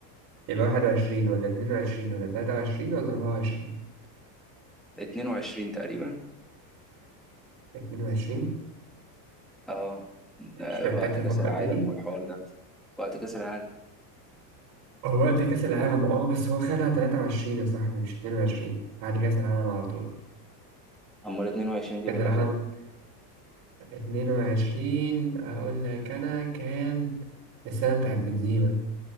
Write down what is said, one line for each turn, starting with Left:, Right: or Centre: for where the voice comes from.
Right: يبقى واحد وعشرين ولا اتنين وعشرين ولا تلاتة وعشرين ولا أربعة وعشرين
Centre: 22 تقريبا
Right: 22
Centre: اه ده
Right: مش محتاج
Centre: وقت كأس
Right: أفكر
Centre: العالم
Right: تاني
Centre: والحوار ده وقت كأس العالم
Right: هو وقت كأس العالم اه بس هو خدها 23 يا صاحبي مش 22 بعد كأس العالم على طول
Centre: أمال 22 جيم
Right: كأس
Centre: اللي
Right: العالم
Centre: خدها
Right: 22 أقول لك أنا كان السنة بتاعت بنزيما